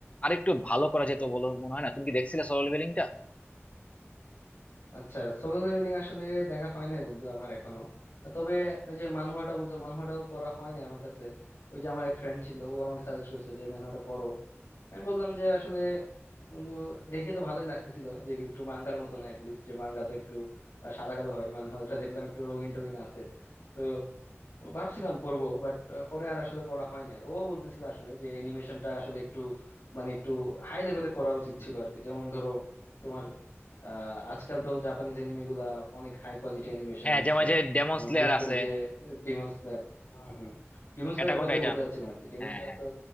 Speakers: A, on the left; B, on the left.
A: আরেকটু ভালো করা যেত বলে মনে হয় না তুমি কি দেখছিলে সোল ইভিনিংটা
B: আচ্ছা সোলো লেভেলিং আসলে দেখা হয় নাই বন্ধু আমার এখনো তবে ওই যে মানহুয়াটা বলছো মানহুয়াটাও পড়া হয় নাই আমার কাছে ওই যে আমার এক ফ্রেন্ড ছিল ও আমাকে সাজেস্ট করছে যে ম্যানহুয়াটা পড়ো আমি বললাম যে আসলে বন্ধু দেখে তো ভালোই লাগতেছিল যে একটু মাঙ্গার মতো না লিস্ট যে মাঙ্গা তো একটু আহ, সাদা কালো হয় মানহাটা দেখলাম একটু রঙিন টঙিন আছে তো ভাবছিলাম পড়বো বাট পরে আর আসলে পড়া হয় না ও বলতেছিল আসলে যে অ্যানিমেশনটা আসলে একটু মানে একটু হাই লেভেলে করা উচিত ছিল আর কি যেমন ধরো তোমার আহ, আজকাল তো জাপানিজ অ্যানিমে গুলা অনেক হাই কোয়ালিটি অ্যানিমেশন
A: হ্যাঁ
B: ইউজ
A: যেমন
B: করে
A: যে ডেমন
B: তোমার
A: স্লেয়ার
B: বিশেষ করে
A: আছে
B: যে ডিমন স্লেয়ার হম হম ডিমন
A: অ্যাটাক
B: স্লেয়ারের
A: অন
B: কথাই
A: টাইটান
B: বলতে চাচ্ছিলাম আর কি ডিমন
A: হ্যাঁ
B: স্লেয়ার
A: হ্যাঁ
B: তো